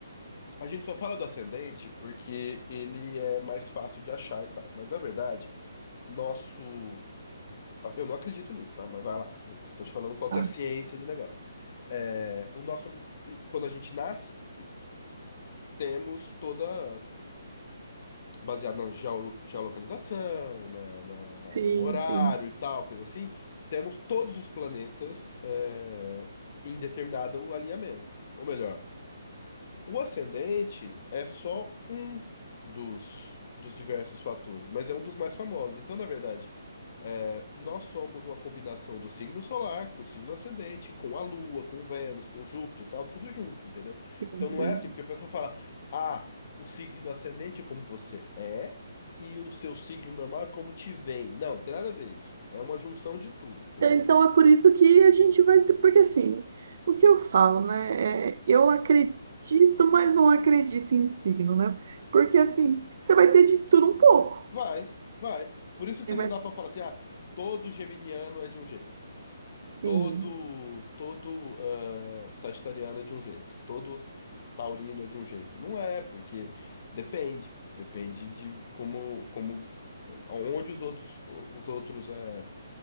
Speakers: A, on the left; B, on the right.
A: a gente só fala do ascendente porque ele é mais fácil de achar e tal. Mas na verdade, nosso Ah, Eu não acredito nisso, tá? Mas vai lá. Eu tô te falando qual
B: tá.
A: que é a ciência do negócio. É, o nosso, hum, quando a gente nasce, temos toda, baseado na geo- geolocalização, na, na-
B: Sim,
A: no horário
B: sim,
A: e tal, coisa assim, temos todos os planetas, é, em determinado alinhamento. Ou melhor, o ascendente é só um dos, dos diversos fatores, mas é um dos mais famosos. Então, na verdade, é, nós somos uma combinação do signo solar com o signo ascendente, com a Lua, com Vênus, com Júpiter e tal, tudo junto, entendeu?
B: sim,
A: Então
B: sim.
A: não é assim, porque o pessoal fala, ah, o signo ascendente é como você é e o seu signo normal é como te vem. Não, tem nada a ver isso. É uma junção de tudo, entendeu?
B: Então é por isso que a gente vai, ter- porque assim, o que eu falo, né? É, eu acredito, mas não acredito em signo, né? Porque assim, você vai ter de tudo um pouco.
A: Vai, vai. Por isso que
B: Ele
A: não
B: vai-
A: dá pra falar assim, ah, todo geminiano é de um jeito.
B: Sim.
A: todo todo eh, sagitariano é de um jeito, todo taurino é de um jeito. Não é, porque depende, depende de como como eh, onde os outros os outros eh,